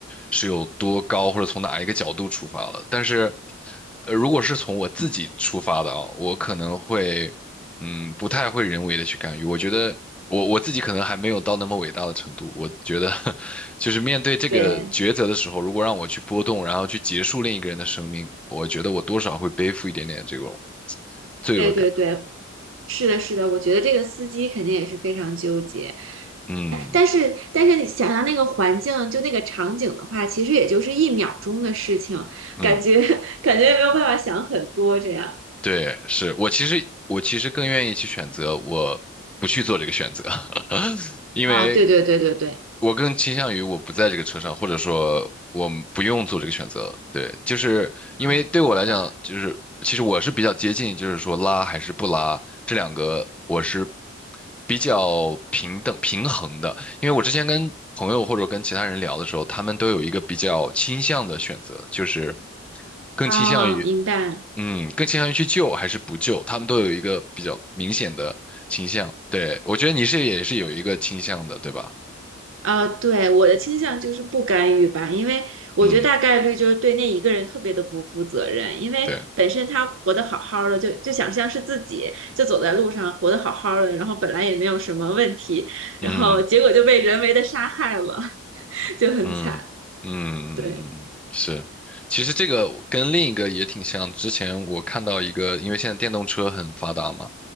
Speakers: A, in the centre; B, on the right.
A: 是有多高，或者从哪一个角度出发了。但是，呃，如果是从我自己出发的啊，我可能会，嗯，不太会人为的去干预。我觉得我我自己可能还没有到那么伟大的程度。我觉得，<laughs> 就是面对这个抉择的时候，
B: 对
A: 如果让我去波动，然后去结束另一个人的生命，我觉得我多少会背负一点点这种罪恶感。
B: 对对对，是的，是的，我觉得这个司机肯定也是非常纠结。
A: 嗯
B: 哎但是但是你想想那个环境，就那个场景的话，其实也就是一秒钟的事情，
A: 嗯。
B: 感觉 <laughs> 感觉也没有办法想很多这样。
A: 对，是我其实我其实更愿意去选择我不去做这个选择，<laughs> 因为
B: 啊，对对对对对，
A: 我更倾向于我不在这个车上，或者说我们不用做这个选择。对，就是因为对我来讲，
B: 嗯，是的。
A: 就是其实我是比较接近，就是说拉还是不拉这两个，我是比较平等平衡的。因为我之前跟朋友或者跟其他人聊的时候，他们都有一个比较倾向的选择，就是更倾向于。
B: 啊，明白。
A: 嗯，更倾向于去救还是不救，他们都有一个比较明显的倾向。对，我觉得你是也是有一个倾向的，对吧？
B: 呃，对，我的倾向就是不干预吧，因为我觉得大概率就是对那一个人特别的不负责任，
A: 嗯，
B: 因为本身他活得好好的，
A: 对，
B: 就就想象是自己就走在路上活得好好的，然后本来也没有什么问题，
A: 嗯
B: 然后结果就被人为的杀害了，<laughs> 就很惨。
A: 嗯嗯，
B: 对，
A: 是。其实这个跟另一个也挺像，之前我看到一个，因为现在电动车很发达嘛。